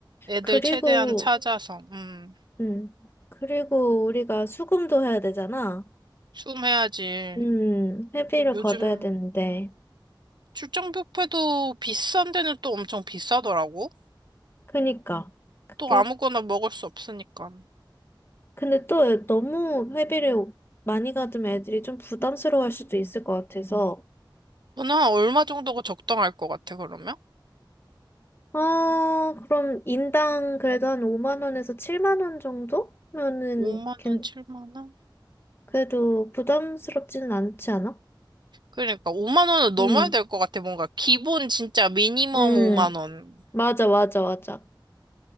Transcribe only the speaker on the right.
애들
최대한 찾아서, 음,
숨해야지.
요즘
출장 뷔페도 비싼 데는 또 엄청 비싸더라고.
또
아무거나 먹을 수 없으니까.
너는 한 얼마 정도가 적당할 것 같아, 그러면?
5만
원, 7만 원?
그러니까 5만 원은 넘어야
될 것 같아, 뭔가. 기본 진짜 미니멈
5만 원.